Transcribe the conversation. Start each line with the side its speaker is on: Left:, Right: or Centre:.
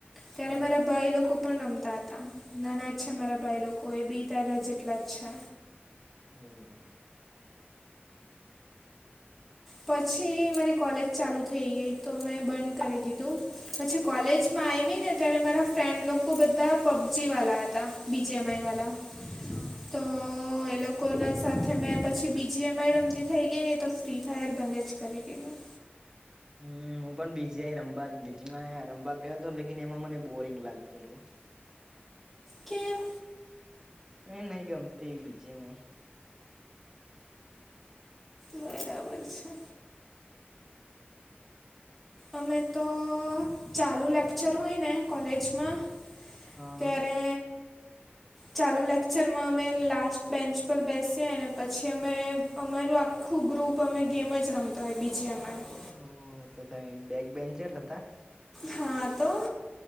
Centre: ત્યારે
Right: હા
Centre: મારા ભાઈ લોકો પણ રમતા હતા. નાના જ છે મારા ભાઈ લોકો એ બી તારા જેટલા જ છે..
Right: હમ.
Centre: પછી મારી કોલેજ ચાલુ થઈ ગઈ તો મેં બંધ કરી દીધું. પછી કોલેજમાં આયવી ને ત્યારે મારા ફ્રેન્ડ લોકો બધા પબજી વાલા હતા. બીજી એમ આઈ વાલા.
Right: હા.
Centre: તો એ લોકોના સાથે મેં પછી બી જી એમ આઈ રમતી થઈ ગઈ ને તો ફ્રી ફાયર બંધ જ કરી દીધું.
Right: હમ્મ, હું પણ બી જી આઈ રમવા બીજી માં રમવા ગયો હતો, લેકિન એમાં મને બોરિંગ લાગતું હતું.
Centre: કેમ.
Right: એ નહી ગમતી બી જી એમ આઈ.
Centre: બરાબર છે. અમે તો ચાલુ લેક્ચર હોય ને કોલેજમાં
Right: હા
Centre: ત્યારે ચાલુ લેક્ચરમાં અમે લાસ્ટ બેન્ચ પર બેસીએ અને પછી અમે અમારું આખું ગ્રુપ અમે ગેમ જ રમતા હોય બી જી એમાં આઈ.
Right: ઓ હો-હો તો તમેં બેગ બેન્ચર હતા.
Centre: હા તો.